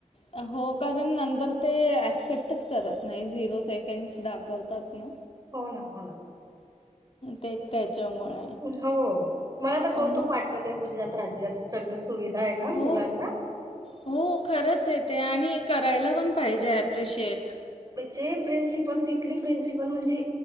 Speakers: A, on the left; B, on the right.
A: <unintelligible> हो कारण नंतर ते ऍक्सेप्टच करत नाही, झिरो सेकंड दाखवतात ना.
B: हो ना होणा.
A: ते त्याच्यामुळे
B: हो मला तर
A: हो
B: कौतुक वाटतं त्या गुजरात राज्यात. सगस्. सुविधा आहे ना
A: हो
B: मुलांना.
A: हो खरंच आहे ते आणि करायला पण पाहिजे ॲप्रिशिएट.
B: म्हण जे प्रिन्सिपल तिथली प्रिन्सिपल म्हणजे,